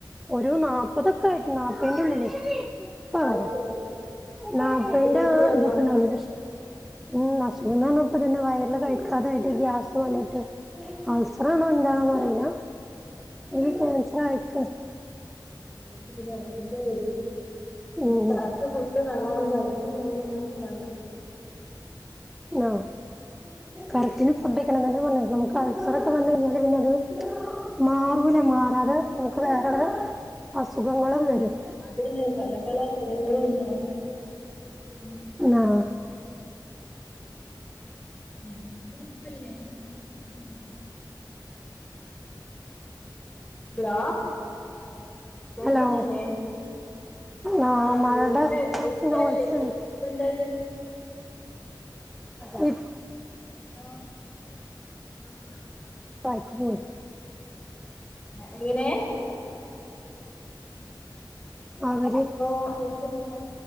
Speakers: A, in the centre; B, on the left.
A: ഒരു നാപതൊക്കായിട്ട് ന്നാപ്പയ് ന്റെ ഉള്ളില് ഇപ്പ
B: അത്
A: വരാ
B: ശരി
A: നാപ്പയിന്റെ
B: അസുഖങ്ങള് വന്നോ
A: ഇതൊക്ക ണ്ടാവുളളു ഉം അസുഖന്നറഞ്ഞപ്പതിന്റെ വയറിൽ കഴിക്കാതായിട്ട് ഗ്യാസ് വന്ന്ട്ട് അൾസറാണോ എന്താ ഒന്നുഅറീല ഇയ്യ് ക്യാൻസർ അയ്ക്ക്ണ്
B: വെയ്റ്റ് ഇല്ലെങ്കിലും അങ്ങനൊക്കെ വെരെ പിന്നെ
A: ഉം
B: കറക്റ്റ് ഫുഡ് നല്ലോണം കഴി <unintelligible> പ്രശ്‌നാണ്
A: ആഹ് കറക്റ്റിന് ഫുഡ്യ്ക്കണം തന്നെ പർഞ്ഞ നമുക്ക് അൾസൊറൊക്കെ വന്ന് കയ്ഞ്ഞാല് പിന്നെ അത് മാറൂല മാറാതെ നമുക്ക്
B: അതെ
A: വേറെ
B: അതെ
A: അസുഖങ്ങളും വരും
B: അതന്നെ പല പല അസുഖങ്ങളും ഇണ്ടാവും. ഉം
A: ആഹ്
B: എല്ലാത്തിലും ഉപ്പ് ല്ലേ <unintelligible> ഹലോ കേക്കുന്നില്ലേ
A: ഹലോ ആ
B: ആഹ്
A: മഴയുടെ
B: വീട്ടിലെ
A: കുറച്ച്
B: ഇപ്പല്ലേ
A: നോയ്സ്
B: ഇ
A: ഉണ്ട്
B: <unintelligible>
A: അതാ ഇപ്
B: ഹലോ ആഹ്
A: പക്ക്പയി <unintelligible>
B: എ എങ്ങനെ
A: ആവര്
B: ഹലോ കേക്കുന്നില്ല